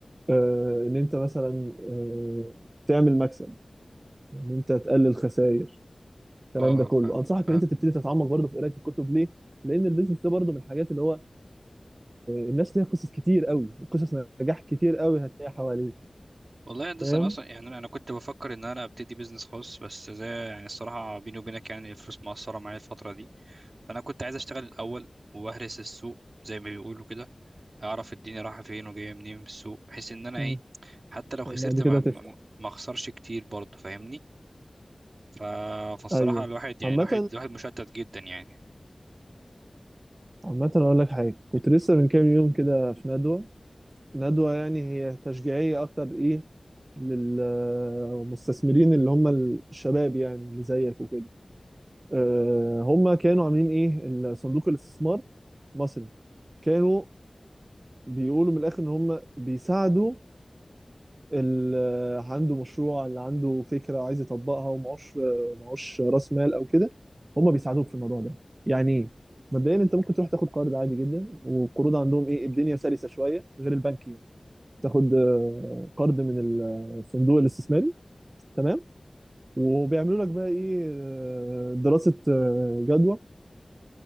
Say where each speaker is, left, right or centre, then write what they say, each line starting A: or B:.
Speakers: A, on the right; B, on the right.
A: آه، ان انت مثلا آه، تعمل مكسب ان انت تقلل خسائر الكلام
B: اه
A: ده كله
B: فهمت
A: انصحك
B: فهمت
A: ان انت تبتدي تتعمق برضه في قرايه الكتب ليه لان البيزنس ده برضه من الحاجات اللي هو آه، الناس ليها قصص كتير قوي قصص نجاح كتير قوي هتلاقيها حواليك
B: والله يا هندسه
A: فاهم
B: انا اصلا يعني انا كنت بفكر ان انا ابتدي بيزنس خاص بس زي يعني الصراحه بيني وبينك يعني الفلوس مقصره معايا الفتره دي فانا كنت عايز اشتغل الاول واهرس السوق زي ما بيقولوا كده اعرف الدنيا رايحه فين وجايه منين في السوق بحيث ان انا
A: مم.
B: ايه حتى لو خسرت
A: وبعد كده
B: ما ما
A: تفتح
B: ما اخسرش كتير برضه فاهمني ف... فالصراحه
A: ايوه
B: الواحد يعني
A: عامه
B: الواحد الواحد مشتت جدا يعني
A: عامه اقول لك حاجه كنت لسه من كام يوم كده في ندوه ندوه يعني هي تشجيعيه اكتر ايه للمستثمرين اللي هم الشباب يعني اللي زيك وكده آه، هم كانوا عاملين ايه صندوق الاستثمار مصري كانوا بيقولوا من الاخر ان هم بيساعدوا اللي عنده مشروع اللي عنده فكره وعايز يطبقها ومعوش معوش راس مال او كده هم بيساعدوك في الموضوع ده يعني ايه مبدئيا انت ممكن تروح تاخد قرض عادي جدا والقروض عندهم ايه الدنيا سلسه شويه غير البنك يعني تاخد آه، قرض من الصندوق الاستثماري تمام وبيعملوا لك بقى ايه آه، دراسه آه، جدوى